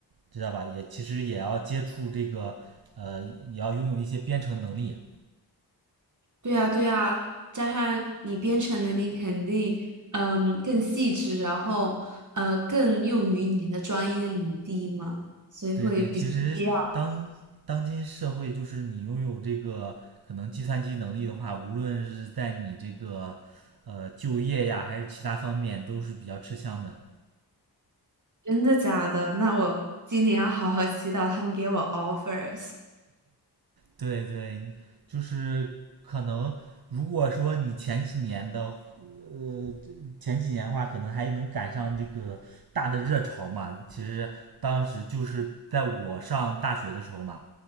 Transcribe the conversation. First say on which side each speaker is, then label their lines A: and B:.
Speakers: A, on the right; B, on the right.
A: 知道吧？也其实也要接触这个，呃，也要拥有一些编程能力。
B: 对啊，对啊，加上你编程能力肯定，嗯，更细致，然后呃，更用于你的专业领地嘛，所以会比较不一样
A: 对对，其实当当今社会，就是你拥有这个可能计算机能力的话，无论是在你这个呃就业呀，还是其他方面，都是比较吃香的。
B: 真的假的？那我今年要好好祈祷他们给我 offer。
A: 对对，就是可能如果说你前几年的呃前几年的话，可能还能赶上这个大的热潮嘛。其实当时就是在我上大学的时候嘛，